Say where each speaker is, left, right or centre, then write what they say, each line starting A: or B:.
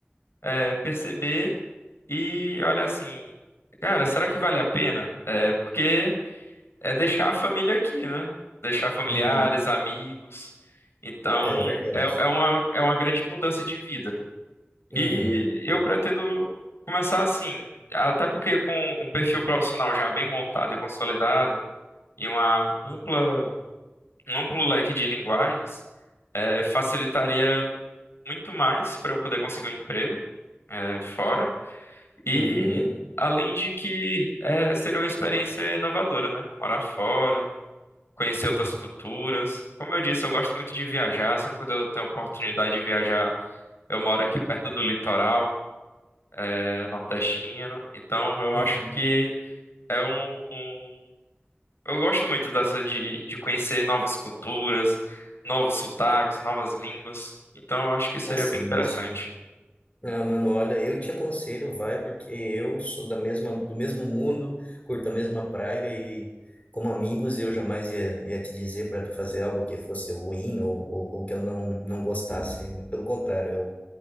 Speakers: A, on the left (about 80°); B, on the left (about 35°).
A: é, perceber e olhar assim, cara, será que vale a pena? É, porque é deixar a família aqui, né? Deixar familiares,
B: Uhum.
A: amigos. Então,
B: É verdade.
A: é, é uma, é uma grande mudança de vida.
B: Uhum.
A: E eu pretendo começar assim, até porque com um perfil profissional já bem montado e consolidado, e uma ampla, um amplo leque de linguagens, eh, facilitaria muito mais para eu poder conseguir um emprego, eh, fora. E
B: Uhum.
A: além de que eh, seria uma experiência inovadora, né? Morar fora conhecer outras culturas. Como eu disse, eu gosto muito de viajar. Sempre quando eu tenho oportunidade de viajar, eu moro aqui perto do litoral, é, nordestino. Então, eu
B: Uhum.
A: acho que é um, um- Eu gosto muito dessa de, de conhecer novas culturas, novos sotaques, novas línguas. Então, eu acho que seria
B: Assim,
A: bem interessante.
B: isso. Ah, mano, olha, eu te aconselho, vai, porque eu sou da mesma, do mesmo mundo, curto a mesma praia e, como amigos, eu jamais ia, ia te dizer para tu fazer algo que fosse ruim ou, ou, ou que eu não, não gostasse. Pelo contrário, eu